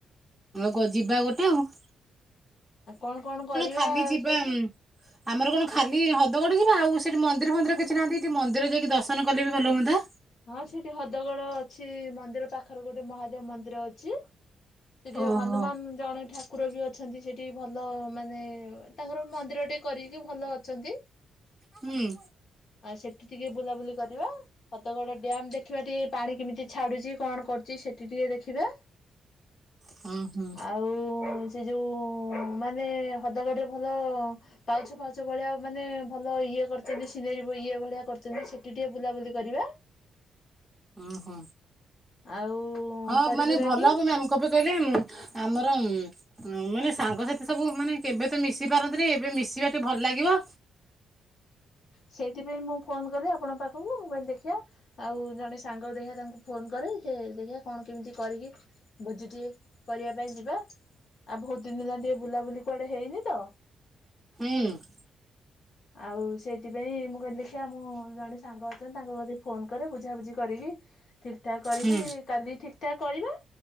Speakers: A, in the centre; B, on the left.
A: ହୁଁ ଯିବା ଗୋଟେ ଆଉ
B: ଆଉ କଣ କଣ କରିବା
A: ଖାଲି ଯିବା
B: ସେମିତି
A: ଉଁ, ଆମର କଣ ଖାଲି ହଦଗଡ ଯିବା ଆଉ ସେଇଠି ମନ୍ଦିର ଫନ୍ଦିର କିଛି ନାହାନ୍ତି ସେଠି ମନ୍ଦିର ଯାଇକି ଦର୍ଶନ କଲେ ବି ଭଲ ହୁଅନ୍ତା।
B: ହଁ ସେଠି ହଦଗଡ ଅଛି ମନ୍ଦିର ପାଖରେ ଗୋଟେ ମହାଦେବ ମନ୍ଦିର ଅଛି। ସେଜେ
A: ଓହୋ
B: ହନୁମାନ୍ ଜଣେ ଠାକୁର ବି ଅଛନ୍ତି ସେଇଠି ଭଲ ମାନେ ତାଙ୍କର ମନ୍ଦିରଟେ କରିକି ଭଲ ଅଛନ୍ତି।
A: ହୁଁ।
B: ଆ ସେଠି ଟିକେ ବୁଲାବୁଲି କରିବା‌। ଦଗଡ ଡ୍ୟାମ୍ ଦେଖିବା ଟିକେ ପାଣି କେମିତି ଛାଡୁଛି କଣ କରୁ ଚି ସେଠି ଟିକେ ଦେଖିବା
A: ହୁଁ ହୁଁ
B: ଆଉ ସେ ଯଉଁ ମାନେ ହଦଗଡ଼ରେ ଭଲ ପାଉଛ ଫାଉଛ ଭଳିଆ ମାନେ ଭଲ ଇଏ କରୁଛନ୍ତି ସିନେରୀଭ ଇଏ ଭଳିଆ କରୁଛନ୍ତି ସେଠି ଟିକେ ବୁଲାବୁଲି କରିବା।
A: ହୁଁ ହୁଁ
B: ଆଉ
A: ହଁ
B: କରିକୁରାକି
A: ମାନେ ଭଲ ହବ ମ୍ଯାମ୍ ଯୁ କହିଲେ ଉଁଁ ଆମର ଉଁ ନ ମାନେ ସାଙ୍ଗସାଥି ସବୁ ମାନେ କେବେ ତ ମିଶି ପାରନ୍ତିନି ଏବେ ମିଶିବା ଟେ ଭଲ୍ ଲାଗିବ।
B: ସେଇଥିପାଇଁ ମୁଁ ଫୋନ କଲି ଆପଣଙ୍କ ପାଖକୁ ମୁଁ କଈନି ଦେଖିଆ ଆଉ ଜଣେ ସାଙ୍ଗ ଦେଖ୍ଯା ତାଙ୍କୁ ଫୋନ କରେ ସେ ଦେଖ୍ଯା କଣ୍ କେମିତି କରିକି ଭୋଜି ଟିଏ କରିବା ପାଇଁ ଯିବା ଆ ବହୁତ୍ ଦିନ୍ ହେଲା ଟିକେ ବୁଲାବୁଲି କୁଆଡେ ହେଇନି ତ
A: ହୁଁ।
B: ଆଉ ସେ ଥିପାଇଁ ମୁଁ କହିଲି ଦେଖିଆ ମୁଁ ଜଣେ ସାଙ୍ଗ ଅଛନ୍ତି ତାଙ୍କୁ କତି ଫୋନ କରେ ବୁଝାବୁଝି କରିକି ଠିକ୍ ଠାକ୍ କରିକି
A: ହୁଁ
B: କାଲି ଠିକ୍‌ଠାକ୍ କରିବା